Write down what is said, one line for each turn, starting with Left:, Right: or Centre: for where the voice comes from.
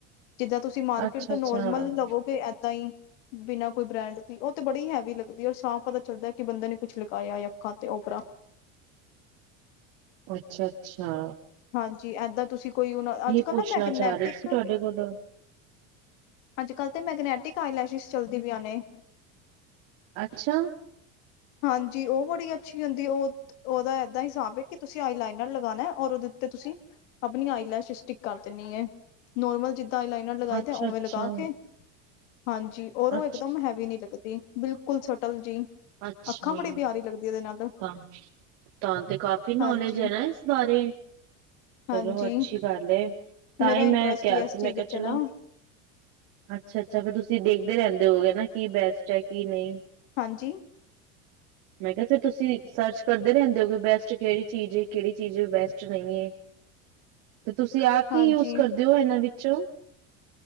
Left: ਜਿੱਦਾਂ ਤੁਸੀਂ- ਤੁਸੀਂ ਮਾਰਕੀਟ
Right: ਅੱਛਾ
Left: ਤੋਂ
Right: ਅੱਛਾ
Left: ਨੋਰਮਲ ਲਵੋਗੇ ਏਦਾਂ ਈ। ਬਿਨਾਂ ਕੋਈ ਬ੍ਰੈਂਡ ਦੀ ਓ ਤੇ ਬੜੀ ਹੈਵੀ ਲੱਗਦੀ, ਔਰ ਸਾਫ਼ ਪਤਾ ਚੱਲਦਾ ਕੀ ਬੰਦੇ ਨੇ ਕੁਛ ਲਗਾਇਆ ਅੱਖਾਂ ਤੇ ਓਪਰਾ।
Right: ਅੱਛਾ ਅੱਛਾ
Left: ਹਾਂਜੀ ਏਦਾਂ ਤੁਸੀਂ ਕੋਈ ਹੁਣ ਅੱਜ ਕੱਲ੍ਹ
Right: ਪੁੱਛਣਾ
Left: ਨਾ ਮੈਗਨੈਟਿਕ-
Right: ਚਾਹ ਰਹੀ ਸੀ ਤੁਹਾਡੇ ਕੋਲੋਂ
Left: ਅੱਜ ਕੱਲ੍ਹ ਤੇ ਮੈਗਨੈਟਿਕ ਆਈਲੈਸ਼ਿਸ ਚੱਲਦੀ ਪੀਆਂ ਨੇ।
Right: ਅੱਛਾ
Left: ਹਾਂਜੀ ਓ ਬੜੀ ਅੱਛੀ ਹੁੰਦੀ ਓ। ਓਦਾ ਏਦਾਂ ਹਿਸਾਬ ਏ ਕੀ ਤੁਸੀਂ ਆਈ ਲਾਈਨਰ ਲਗਾਣਾ ਔਰ ਓਦੇ ਉੱਤੇ ਤੁਸੀਂ- ਆਪਣੀ ਆਈਲੈਸ਼ ਸਟਿਕ ਕਰ ਦੇਨੀ ਏ। ਨੋਰਮਲ ਜਿੱਦਾਂ ਆਈ ਲਾਈਨਰ ਲਗਾਈ
Right: ਅੱਛਾ-ਅੱਛਾ
Left: ਦਾ ਓਵੇਂ ਲਗਾ ਕੇ। ਹਾਂਜੀ ਔਰ ਓ
Right: ਅੱਛਾ
Left: ਇਕਦਮ ਹੈਵੀ ਨੀ ਲੱਗਦੀ। ਬਿਲਕੁਲ ਸਟਲ ਜੀ।
Right: ਅੱਛਾ
Left: ਅੱਖਾਂ ਬੜੀ ਪਿਆਰੀ ਲੱਗਦੀ ਉਹਦੇ ਨਾਲ
Right: ਤਾਂ। ਤਾਂ ਨੂੰ ਤੇ ਕਾਫ਼ੀ ਨੌਲੇਜ
Left: ਹਾਂਜੀ
Right: ਏ ਨਾ ਇਸ ਬਾਰੇ। ਚਲੋ
Left: ਹਾਂਜੀ
Right: ਅੱਛੀ ਗੱਲ ਏ। ਤਾਂ
Left: ਮੇਰਾ
Right: ਈਂ ਮੈਂ
Left: ਇੰਟਰਸਟ
Right: ਕਿਆ
Left: ਹੀ ਇਸ
Right: ਸੀ, ਮੈਂ
Left: ਚੀਜ਼
Right: ਕਿਆ
Left: ਚ
Right: ਚਲੋ।
Left: ਹੈ ਨਾ
Right: ਅੱਛਾ ਅੱਛਾ ਫੇਰ ਤੁਸੀਂ ਦੇਖਦੇ ਰੈਂਦੇ ਹੋਗੇ ਨਾ ਕੀ ਬੈਸਟ ਐ ਕੀ ਨ‌ਈ।
Left: ਹਾਂਜੀ
Right: ਮੈਂ ਕਿਆ ਫੇਰ ਤੁਸੀਂ ਸਰਚ ਕਰਦੇ ਰੈਂਦੇ ਓ ਕੇ ਬੈਸਟ ਕੇੜੀ ਚੀਜ਼ ਏ, ਕੇੜੀ ਚੀਜ਼ ਬੈਸਟ ਨ‌ਈ ਏ। ਤੇ ਤੁਸੀਂ ਆਪ ਕੀ
Left: ਹਾਂਜੀ
Right: ਯੂਜ ਕਰਦੇ ਓ ਏਨਾਂ ਵਿੱਚੋਂ।